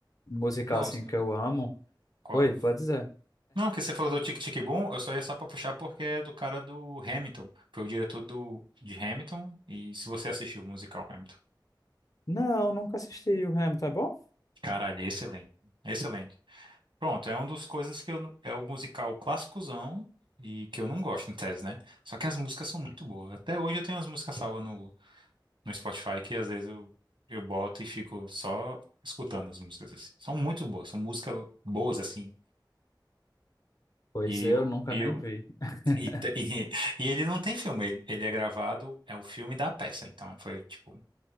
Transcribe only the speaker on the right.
não,
qual?
Não, que você falou do Tic Tic Boom, eu só ia só pra puxar porque é do cara do Hamilton. Foi o diretor do, de Hamilton, e se você assistiu o musical Hamilton.
Caralho, é excelente. Excelente. Pronto, é uma das coisas que eu, não- é o musical clássicozão e que eu não gosto em tese, né? Só que as músicas são muito boas. Até hoje eu tenho as músicas salvas no, no Spotify que às vezes eu, eu boto e fico só escutando as músicas assim. São muito boas, são músicas boas assim.
E
eu,
eu
e, te- <laughs> e, e ele não tem filme, ele, ele é gravado, é o filme da peça, então foi tipo,